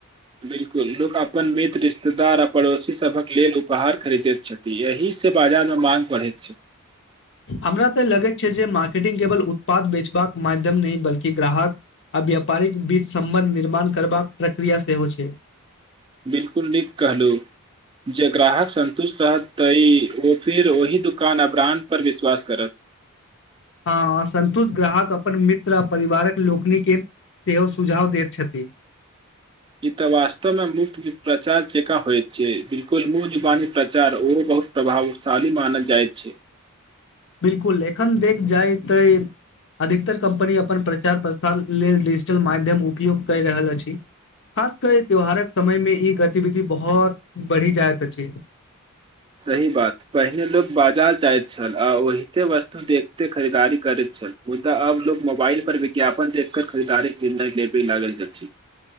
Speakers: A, on the right; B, on the left.
A: बिल्कुल लोक अपन मित्र रिश्तेदार आ पड़ोसी सभक लेल उपहार खरीदैत छथि तऽ एहिसँ बाजारमे मांग पढ़ैत छै
B: हमरा तऽ लगै छै जे मार्केटिंग केवल उत्पाद बेचबाक माध्यम नहि बल्कि ग्राहक आ व्यापारिक बीच सम्बन्ध निर्माण करबाक प्रक्रिया सेहो छै
A: बिल्कुल नीक कहलहुँ जे ग्राहक संन्तुष्ट रहत तां फिर ओहि दुकान आ ब्रांड पर विश्वास कर
B: हँ आ सन्तुष्ट ग्राहक अपन मित्र आ परिवारक लोकनि के सेहो सुझाव दैत छथ
A: ई तऽ वास्तव में मुफ्त प्रचार जेका होयत छै बिलकुल मू जवानी प्रचार ओहो बहु प्रभावशाली मानल जाइत छ
B: बिल्कुल एखन देख जाय त अधिकतर कम्पनी अपन प्रचार प्रसार लेल डिजिटल माध्यम उपयोग कर रहल अछ खास के त्यौहारक समय मे ई गतिविधि बहुत बढ़ि जाइत अछ
A: सही बात पहिने लोक बाजार जाइत छल आ ओहिते वस देखते खरीदारी करैत छल मुदा अब लोकोग मोबाइल पर विज्ञापन देखक खरीदारी क त नहि नेपे लागल अछ